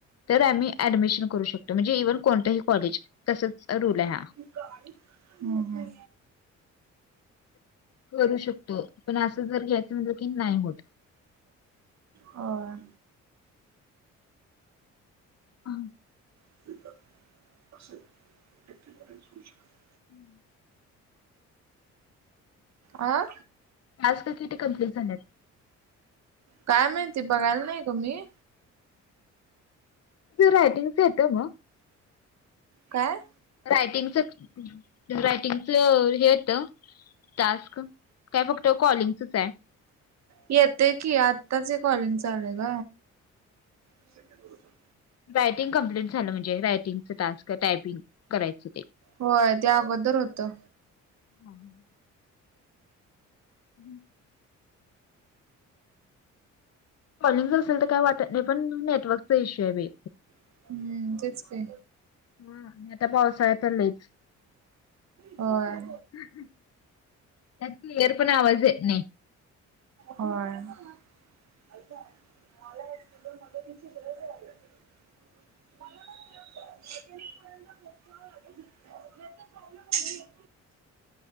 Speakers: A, on the left; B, on the right.
A: तर आम्ही ऍडमिशन करू शकतो म्हणजे इव्हन कोणतंही कॉलेज तसच रूल आहे हा.
B: हम् हम्.
A: करू शकतो पण असं जर घ्यायचं म्हणलं की नाही होत.
B: होय.
A: हा.
B: <unintelligible>
A: <inaudible>
B: आ
A: टास्क किती कंप्लीट झालेत?
B: काय माहिती बघायला नाही ग मी.
A: तुझ रायटिंगच येतं मग.
B: काय?
A: रायटिंगच रायटिंगच हे येत टास्क. काय फक्त कॉलिंगचच आय.
B: येतय की, आत्ताच हे कॉलिंगच आलय ग. <unintelligible>
A: रायटिंग कम्प्लीट झालं म्हणजे रायटिंगचं टास्क टायपिंग करायचं ते.
B: होय ते अगोदर होतं.
A: <inaudible> <inaudible> कॉलिंगच असेल तर काय वाटत नाही पण नेटवर्क पेशे बी
B: हम्म तेच की
A: हा आणि आता पावसाळ्यात तर लईच.
B: होय.
A: त्यात क्लिअर पण आवाज येत नाही.
B: होय. <unintelligible> माला हॉस्पिटल मध्ये तीची गरज आहे अग. <unintelligible>